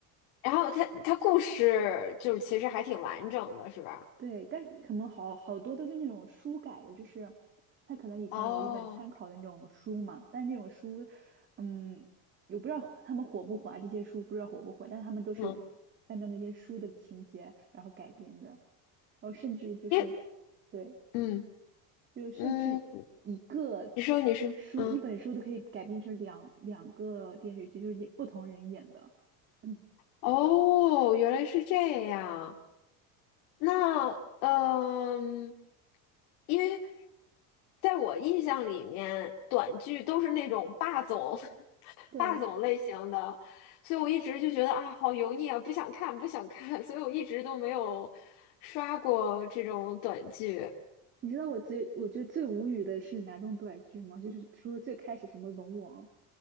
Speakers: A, on the left; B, on the right.
A: 然后它它故事就是其实还挺完整的，是吧？
B: 对，但可能好好多都是那种书改的，就是他可能以前有一本参考的那种书嘛，
A: 哦，
B: 但是那种书，嗯，我不知道火他们火不火啊，这些书不知道火不火，但他们都是按照那些书的情节然后改编的，
A: 嗯，
B: 然后甚至就是
A: 因为
B: 对，
A: 嗯
B: 就是甚至一个
A: 嗯，你说你说，
B: 书一本书都可以改编成两两个电视剧，
A: 嗯，
B: 就是也不同人演的，嗯，
A: 哦，原来是这样。那嗯，因为在我印象里面，短剧都是那种霸总 <laughs>
B: 对。
A: 霸总类型的，所以我一直就觉得啊，好油腻啊，不想看，不想看，<laughs> 所以我一直都没有刷过这种短剧。
B: 你知道我最我觉得最无语的是哪种短剧吗？就是除了最开始什么龙王，